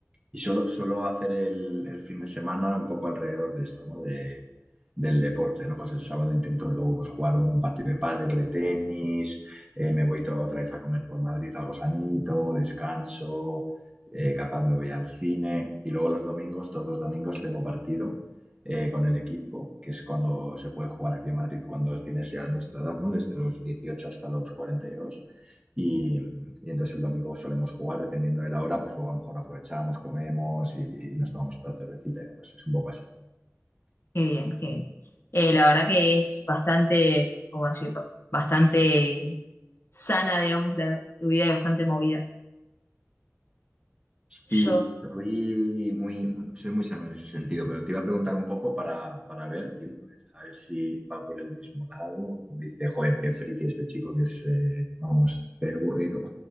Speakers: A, on the right; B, on the left.
A: y suelo, suelo hacer el, el fin de semana un poco alrededor de esto, ¿no? De, del deporte, ¿no? Pues el sábado intento luego pues, jugar un partido de pádel o de tenis, eh, me voy toda otra vez a comer por Madrid algo sanito, descanso, eh, capaz me voy al cine y luego los domingos, todos los domingos tengo partido eh, con el equipo, que es cuando se puede jugar aquí en Madrid, cuando tienes ya nuestra edad, ¿no? Desde los 18 hasta los 42 y, dos. Y entonces el domingo solemos jugar, dependiendo de la hora, pues luego a lo mejor aprovechamos, comemos y, y nos tomamos otra cervecita y demás. Es un poco así.
B: qué bien, qué bien. Eh, la verdad que es bastante, ¿cómo decirlo? Bastante sana, digamos, la, tu vida y bastante movida. Yo,
A: Sí, soy muy, soy muy sano en ese sentido, pero te iba a preguntar un poco para, para ver, tío, a ver, a ver si va por el mismo lado. Dice, joder, qué friki este chico que es, eh, vamos, qué aburrido.